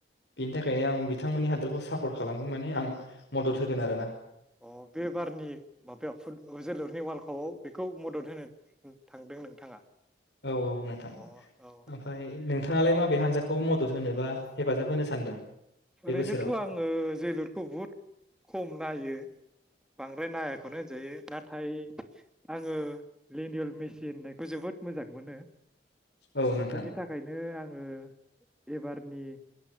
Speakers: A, on the left (about 70°); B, in the centre.
A: बेनि थाखायनो आं बिथांमोननि हादोरखौ सापर्ट खालामगोन माने आं मदद होगोन आरो ना
B: अ बे बारनि माबायाव फुट जोलुरनि वार्ल्ड कापआव बेखौ मदद होनो थांदों नोंथाङा
A: औ औ नोंथां
B: अ औ
A: ओमफ्राय नोंथाङालाय माबे हानजाखो खौ मदद होनोबा
B: औ
A: हेफाजाब होनो सानदों बे
B: ओरैनोथ'
A: बोसोराव
B: आङो जोलुरखौ बुहुद खम नायो बांद्राय नायाखौनो जायो नाथाय आङो लेडयेल मेचिन होननायखौ जोबोद मोजां मोनो
A: औ नोंथां
B: बेनि थाखायनो आङो एबारनि